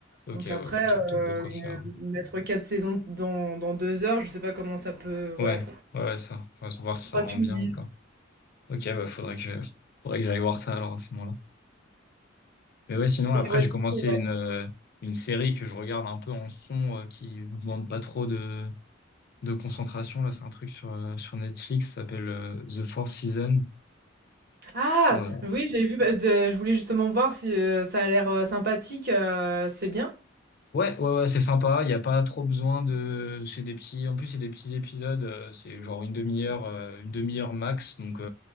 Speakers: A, on the left; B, on the right.
A: ok
B: Donc
A: ouais
B: après,
A: donc il y a peut-être
B: heu,
A: de quoi
B: une
A: faire
B: mettre 4 saisons dans dans 2 heures, je sais pas comment ça peut ouais,
A: Ouais, ouais, ouais, ça. Faut voir si ça
B: faudra
A: rend
B: que tu
A: bien
B: me dises.
A: ou pas. Ok, bah faudrait que faudrait que j'aille voir ça alors à ce moment-là. Mais ouais, sinon
B: Et
A: après
B: ouais,
A: j'ai
B: du
A: commencé
B: coup ouais.
A: une euh, une série que je regarde un peu en fond euh, qui me demande pas trop de de concentration là. C'est un truc sur euh, sur Netflix, ça s'appelle euh, The Four Seasons.
B: Ah!
A: Euh,
B: Oui, j'ai vu, bah, de je voulais justement voir si, heu, ça a l'air, heu, sympathique, heu, c'est bien?
A: Ouais, ouais, ouais, c'est sympa. Il n'y a pas trop besoin de. C'est des petits. En plus, c'est des petits épisodes. euh, C'est genre une demi-heure, euh, une demi-heure max. Donc, il